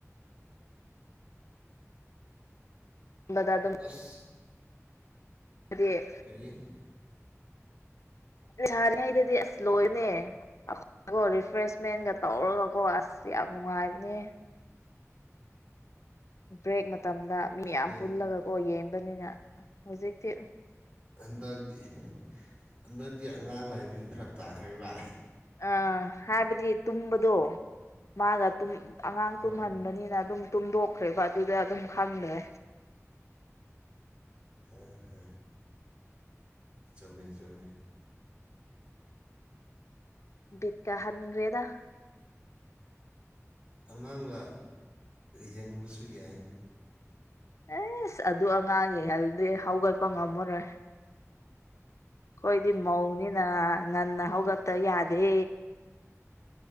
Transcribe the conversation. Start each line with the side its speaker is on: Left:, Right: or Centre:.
Left: ꯑꯃꯗ ꯑꯗꯨꯝ
Right: ꯑꯁ
Left: ꯑ
Right: ꯀꯔꯤ <unintelligible>
Left: ꯅꯣꯏ ꯁꯥꯅꯩꯗꯨꯗꯤ ꯑꯁ ꯂꯣꯏꯅꯦ ꯑꯩꯈꯣꯏꯒꯣ ꯔꯤꯐ꯭ꯔꯦꯁꯃꯦꯟꯒ ꯇꯧꯔꯒꯀꯣ ꯑꯁ ꯌꯥꯝ ꯅꯨꯡꯉꯥꯏꯕꯅꯦ ꯕ꯭ꯔꯦꯛ ꯃꯇꯝꯗ ꯃꯤ ꯌꯥꯝ
Right: ꯑꯗꯨ
Left: ꯄꯨꯜꯂꯒꯀꯣ ꯌꯦꯡꯕꯅꯤꯅ ꯍꯧꯖꯤꯛꯇꯤ
Right: ꯍꯟꯗꯛꯇꯤ ꯍꯟꯗꯛꯇꯤ ꯑꯉꯥꯡ ꯂꯩꯕꯒꯤ ꯐꯔꯛ ꯇꯥꯈ꯭ꯔꯤꯕ
Left: ꯑꯥ ꯍꯥꯏꯕꯗꯤ ꯇꯨꯝꯕꯗꯣ ꯃꯥꯒ ꯇꯨꯝꯕ ꯑꯉꯥꯡ
Right: ꯍꯣꯏ
Left: ꯇꯨꯝꯍꯟꯕꯅꯤꯅ ꯑꯗꯨꯝ ꯇꯨꯝꯗꯣꯛꯈ꯭ꯔꯦꯕ ꯑꯗꯨꯗ ꯑꯗꯨꯝ ꯈꯪꯗꯔ꯭ꯦ
Right: ꯍꯦ ꯍꯦ ꯍꯦ ꯆꯨꯝꯃꯤ ꯆꯨꯝꯃꯤ꯫
Left: ꯕꯤꯠ ꯀꯥ ꯍꯟꯒꯔ꯭ꯦꯗꯥ
Right: ꯑꯉꯥꯡꯒ ꯌꯦꯡꯕꯁꯨ ꯌꯥꯏꯅ
Left: ꯑꯦꯁ ꯑꯗꯨ ꯑꯉꯥꯡꯉ ꯌꯦꯡ ꯍꯜꯂꯗꯤ ꯍꯧꯒꯠꯄ ꯉꯝꯃꯔꯣꯏ ꯑꯩꯈꯣꯏꯗꯤ ꯃꯧꯅꯤꯅ ꯉꯟꯅ ꯍꯧꯒꯠꯇ ꯌꯥꯗꯦ